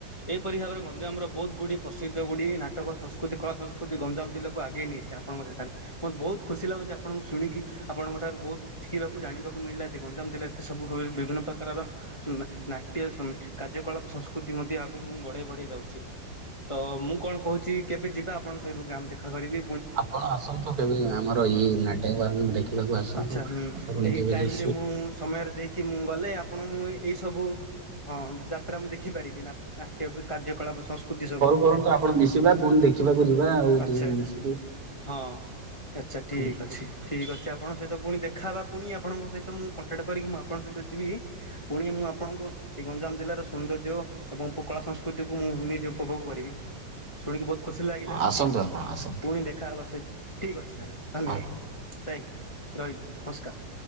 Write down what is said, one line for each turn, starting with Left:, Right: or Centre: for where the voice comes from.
Left: ଏହିପରି ଭାବରେ ଗଞ୍ଜାମର ବହୁତ ଗୁଡିଏ ପ୍ର ପ୍ରସିଦ୍ଧ ଗୁଡିଏ ନାଟକ ସଂସ୍କୃତି କଳା ସଂସ୍କୃତି ଗଞ୍ଜାମ ଜିଲ୍ଲାକୁ ଆଗେଇ ନେଇଛି ଆପଣଙ୍କ ସେଠାରେ ମତେ ବହୁତ ଖୁସି ଲାଗୁଛି। ଆପଣଙ୍କୁ ଶୁଣିକି ଆପଣଙ୍କ ଠାରୁ ବହୁତ ଶିଖିବାକୁ ଜାଣିବାକୁ ମିଳିଲା ଯେ ଗଞ୍ଜାମ ଜିଲ୍ଲାରେ ଏ ସବୁ ବିଭିନ୍ନ ପ୍ରକାରର ନାଟ୍ୟ କାର୍ଯ୍ୟକଳାପ ସଂସ୍କୃତି ମଧ୍ୟ ଆଗକୁ ବଢେଇ ବଢେଇ ଯାଉଛି। ତ ମୁଁ କଣ କହୁଛି କେବେ ଯିବା ଆପଣଙ୍କ ସହିତ ଗାଁ ମ ଦେଖା କରିକି?
Right: ଆପଣ ଆସନ୍ତୁ କେବେ ଆମର ଇଏ ନାଟକ ଦେଖିବାକୁ ଆସନ୍ତୁ
Left: ଆଚ୍ଛା ହୁଁ
Right: ଆପଣ
Left: ଏହି
Right: ଯେବେ
Left: ଟାଇମରେ
Right: ଯେ
Left: ମୁଁ ସମୟରେ ଦେଇକି ମୁଁ ଗଲେ ଆପଣ ମୁଁ ଏଇ ସବୁ ହଁ ଯାତ୍ରା ମୁଁ ଦେଖିପାରିବି ନା ନାଟ୍ୟ କାର୍ଯ୍ୟକଳାପ ସଂସ୍କୃତି ସବୁ।
Right: ବରନ୍ତୁ ଆପଣ ମିଶିବା ପୁଣି ଦେଖିବାକୁ ଯିବା ଆଉ
Left: ଆଚ୍ଛା
Right: ମିଶିକି
Left: ହଁ ଆଚ୍ଛା ଠିକ୍
Right: ହଁ
Left: ଅଛି ଠିକ୍ ଅଛି ଆପଣ ସହିତ ପୁଣି ଦେଖ ଖାହବା ପୁଣି ଆପଣଙ୍କ ସହିତ ମୁଁ କଣ୍ଟାକ୍ଟ କରିକି ମୁଁ ଆପଣଙ୍କ ସହିତ ଯିବି ପୁଣି ମୁଁ ଆପଣଙ୍କ ଏଇ ଗଞ୍ଜାମ ଜିଲ୍ଲା ସୌନ୍ଦର୍ଯ୍ୟ ଏବଂ କଳା ସଂସ୍କୃତି କୁ ମୁଁ ନିଜେ ଉପଭୋଗ କରିବି। ଶୁଣିକି ବହୁତ ଖୁସି ଲାଗିଲା
Right: ଆସନ୍ତୁ ଆପଣ ଆସନ୍ତୁ
Left: ପୁଣି ଦେଖାହବାସ ଠିକ୍ ଅଛି ସ ଧନ୍ୟବାଦ
Right: ହଉ।
Left: ଥାଙ୍କ ରହିଲି ନମସ୍କାର।